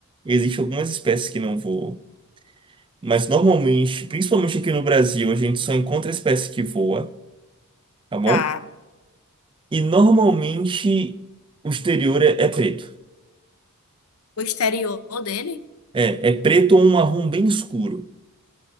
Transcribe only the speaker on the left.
tá?
O exterior dele